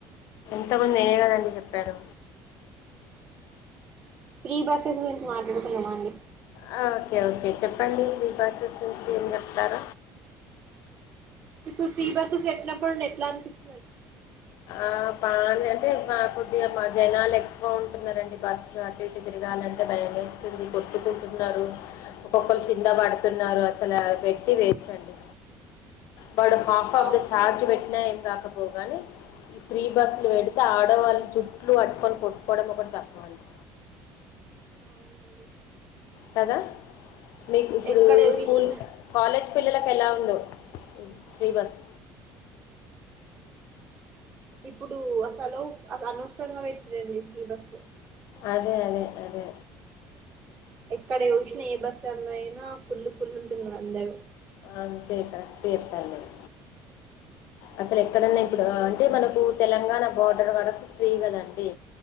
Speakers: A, on the left; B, on the right.
A: ఇంత మంది నేనే కదండి చెప్పాడు
B: ప్రీ బస్సెస్ గురించి మాట్లాడుకుందామ అండి
A: ఆ ఓకె ఓకె చెప్పండి సీ బసెస్ నుంచి ఏం చెప్తార
B: ఇప్పుడ్ ఫ్రీ బసెస్ ఎట్ల పోయిం ఎట్లా అని పిస్
A: ఆ బానె అంటే మా కొద్దిగా మా జనాలు ఎక్కువ ఉంటున్నడి బస్సులు అటు ఇటు తిరగాలంటే భయం వేస్తుంది కొట్టుకుంటున్నారు ఒక్కొక్కరు కింద పడుతున్నారు అసలు పెట్టి వేస్ట్ అండి బడు హాఫ్ ఆఫ్
B: అవును
A: ద చఛార్జ్ పెట్టినా రాక పోగాని ఈ ప్ర్రీ బస్సులు పెడితే ఆడవాళ్ళని జుట్లు పట్టుకొని కొట్టుకోవడం ఒకటి తక్కువంది
B: అవునండి
A: కద మీకు ఇప్పుడూ
B: ఎక్కడ చూసిన
A: స్కూల్ కాలేజ్ పిల్లలకు ఎలా ఉందో ఫ్రి బస్
B: ఇప్పుడూ అసలు అనవసరంగా పెట్టి రండి కీ బస్సు
A: అదే అదె అదె
B: ఎక్కడ చూసినా ఏ బస్ాలో అయినా ఫుల్ ఫుల్లు ఉంటున్నారు అందరుూ
A: అంతే కరెక్ట్ చెప్పార్ మీరు అసలు ఎక్కడన్నా ఇప్పుడు అంటే మనకు తెలంగాణ బోర్డర్ వరకు ఫ్రీ కదండి